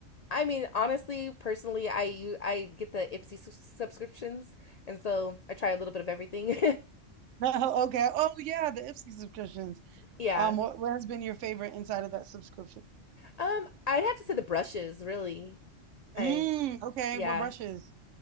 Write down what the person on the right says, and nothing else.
No, okay. Oh yeah, the Ipsy subscriptions.
Um, what, what has been your favorite inside of that subscription?
Mm, okay,
what brushes?